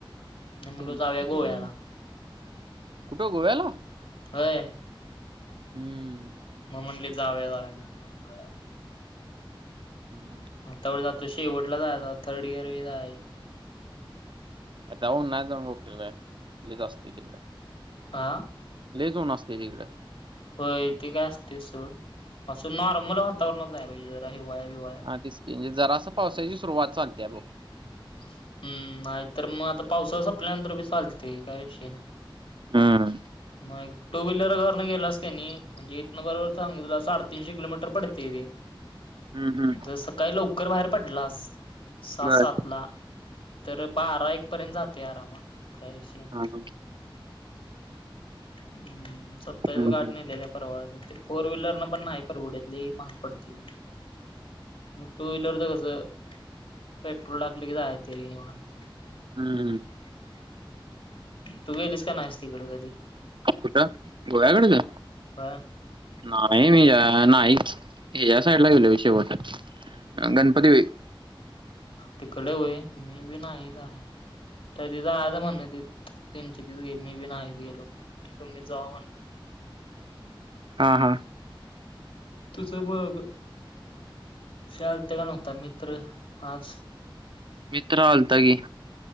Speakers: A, on the left; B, on the right.
A: मी म्हटलो
B: त्यांचं
A: जावूया
B: काहीतरी-
A: गोव्याला.
B: कुठं गोव्याला.
A: व्हय.
B: हम्म.
A: मग म्हणले जावूया जावूया मी म्हणलो बरं.
B: हम्.
A: त्यावेळी जातो शेवटला जायाचं, थर्ड इयर बी जायाल येईल.
B: जाऊन उन्हाळ्यात जाऊन काय उपयोग आहे. हेच असते तिकडं.
A: आ.
B: लैच ऊन असतंय तिकडं.
A: व्हय ते काय असतंय सोड, असं नॉर्मल वातावरणात जायला पाहिजे जरा हिवाळा हिवाळा.
B: हा तेच की म्हणजे, जरासं पावसाची सुरुवात चालत्या बघं.
A: हंम नाय तर मग आता पावसाळा संपल्यावर नंतर, बी चालतंय काय विषय नाही.
B: हम.
A: मग एक टू व्हीलर वरण गेलास कणी. म्हणजे इथनं बरोबर सांगतो, तुला साडेतीनशे किलोमीटर पडते ते.
B: हम्म हम्म.
A: जर सकाळी लवकर बाहेर पडलास सहा
B: बर
A: सातला. तर बारा एक पर्यंत जातंय, आरामात काय विषय नाही.
B: हा, हा.
A: हंम स्वतःच्याच
B: हम्म, हम्म.
A: गाड्या न्हेलेल्या परवडत्यात ते. फोर व्हीलर न पण नाही परवडत, लय महाग पडते ते. टू व्हीलरच कसं पेट्रोल टाकलं की, जाया येतं निवांत.
B: हम.
A: तू गेलीस की, नाहीस तिकडं कधी.
B: कुठं गोव्याकड.
A: ह.
B: नाही मी नाहीच. मी ह्या साईडला गेलोय शेवटचं. गणपती वेळी.
A: तिकडं व्हय, मी भी नाय जाया. <unintelligible>
B: हा हा.
A: तुझं मग हे आलते का नव्हता मित्र आज?
B: मित्र आलता की.